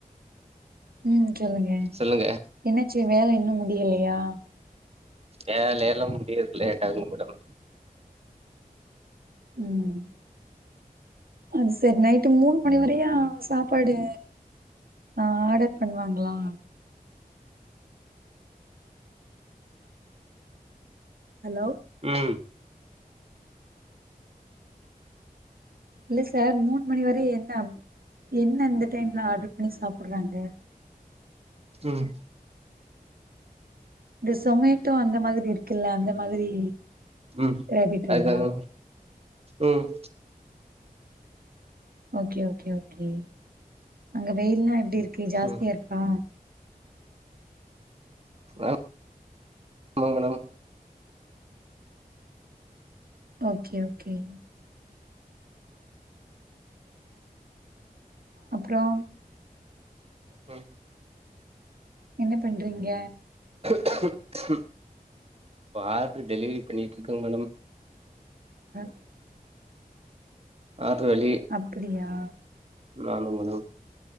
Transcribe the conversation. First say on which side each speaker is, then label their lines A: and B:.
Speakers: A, on the right; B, on the right.
A: ம் சொல்லுங்க
B: சொல்லுங்க
A: என்னாச்சு வேல இன்னு முடியலையா
B: வேலயெல்லா முடியறக்கு லேட்டாகு மேடம்
A: ம் அது சேர் நைட்டு மூணு மணி வரைய சாப்பாடு ஆர்டர் பண்வாங்ளா ஹலோ
B: ம்
A: இல்ல சார் மூணு மணி வரை என்ன அப் என்ன இந்த டைம்ல ஆர்டர் பண்ணி சாப்புட்றாங்க
B: ம்
A: து சொமேட்டோ அந்த மாதிரி இருக் குல்ல அந்த மாதிரி
B: ம்
A: ராபிட்டோவா
B: அதுதாங்க ம்
A: ஓகே ஓகே ஓகே அங்க வெயில்லா எப்டி இருக்கு ஜாஸ்தியா
B: ம்
A: இருக்கா
B: ஆ ஆமா மேடம்
A: ஓகே ஓகே அப்றோ
B: ம்
A: என்ன பண்றீங்க
B: இப்ப ஆர்ட்ர் டெலிவெரி பண்ணிட்டு இருக்கங்க மேடம்
A: ஆஹ்
B: ஆர்டரு வெளிய
A: அப்பிடியா
B: ஆமா மேடம்